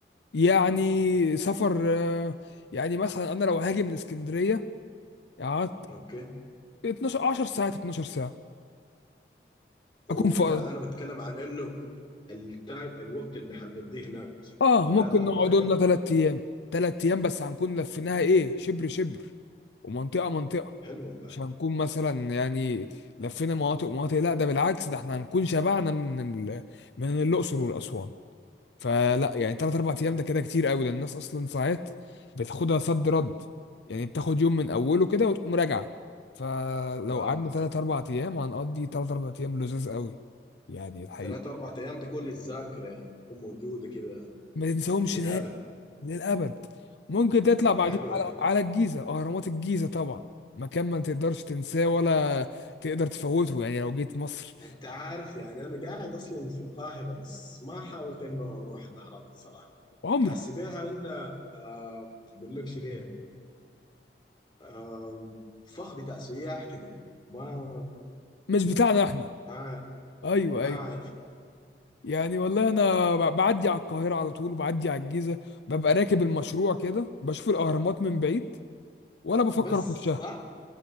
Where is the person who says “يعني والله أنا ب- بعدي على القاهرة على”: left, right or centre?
Left